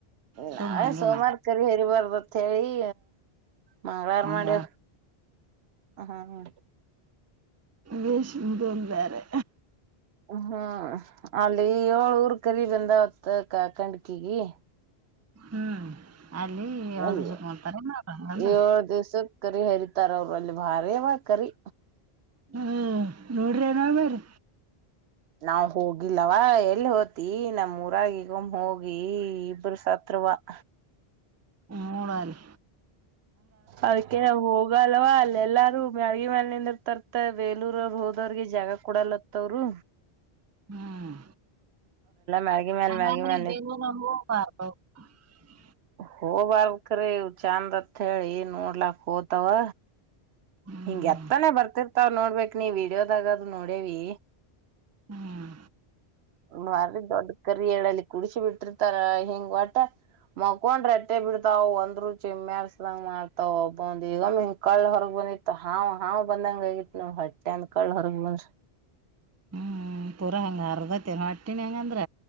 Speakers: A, on the right; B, on the right.
A: ಸುಮ್
B: ನಾವೆ
A: ಹಂಗೆ
B: ಸೋಮವಾರ
A: ಮಾಡ್ಯಾರ
B: ಕರಿ ಹರಿಬಾರ್ದತ್ ಹೇಳಿ ಮಂಗಳರ
A: ಹಂಗ
B: ಮಾಡಡ ಹ್ಮ
A: ವಷದನ್ ಬೇರೆ
B: ಹ್ಮ್ ಅಲ್ಲಿ ಏಳ್ ರ್ ಕರಿ ಬಂದವತ್ ಕ ಕಣ್ಕಗಿ
A: ಹ್ಮ್ ಅಲ್ಲಿ ಯಾವ್ದ
B: ಅಲ್ಲ
A: ಮಾಡ್ತಾರ ಹಂಗಂದ್ರ
B: ಏಳ್ ದಿವ್ಸಕ್ಕೆ ಕರಿ ಹರಿತಾರ ಅವರು ಅಲ್ಲಿ ಭಾರಿ ಮಾಡ ಕರಿ
A: ಹ ರೋಡ್ರನು ಬರಿ
B: ನಾವ್ ಹೋಗಿಲ್ಲವ ಎಲ್ ಹೋತಿ ನಮ್ ಊರಾಗಿಗೊೊಂಡ ಹೋಗಿ ಇಬರು ಸತ್ವ <inaudible>
A: ಮೂಡ ಅರಿ
B: ಅದಕ್ಕೆ ನಾವ್ ಹೋಗಲ್ವಾ ಅಲ್ಲ ಎಲ್ಲಾರು ಮಳ್ಗಿ ಮೇಲ್ ನಿದ ಇರ್ತರ್ತ ಬೇಲೂರ ಅವರು ಹೋದೋರಿಗೆ ಜಾಗ ಕೂಡಲತ್ತವರು
A: ಹ್ಮ್
B: ಮ್ಯಾಳ್ಗಿ ಮ್ಯಾಲ್
A: <unintelligible>
B: ಮ್ಯಾಳ್ಗಿ ಮ್ಯಾಲ್
A: ಹ <inaudible>
B: ಹೋಬಾರಕ್ರೀ ಇ ಚಾಂದತ್ ಹೇಳಿ ನೋಡ್ಲಾಕ್ ಹೋತವ
A: ಹ್ಮ್
B: ಹಿಂಗಗೆ ಅತ್ತನೇ ಬರ್ತಿರ್ತಾವ ನೋಡ್ಬೇಕ್ ನೀ ವಿಡಿಯೋದಾಗದ ನೋಡೇವಿ
A: ಹ್ಮ್
B: ಒನ್ನು ಮರಲಿ ತಡ್ ಕರಿಲ್ಲಿ ಕುಡಸಿ ಬಿಟ್ಟಿರ್ತಾರ ಹೆಂಗ ಒಟ ಮಕೊಂಡ್ ರಟ್ಟೆ ಬಿಡ್ತಾವ ಒಂದ್ರು ಚಿಮ್ಮೆರ್ಸ್ದಂಗ ಮಾಡ್ತಾವ ಒಬ್ಬಂದ ಈಗ ಮಿನ್ ಕಳ್ಳ ಹೊರಗ್ ಬಂದಿ ಹಾ ಹಾವ್ ಬಂದಂಗ ಹಗಿ ನ ಹೊಟ್ಟೆ ಅಂದ ಕಳ ಹೊರ್ಗ
A: ಹ್ಮ್ ಪೂರಾ ಹಂಗ ಅರ್ದತೆ ನ ಅಟ್ಟೀನಿ ಹೆಂಗಂದ್ರ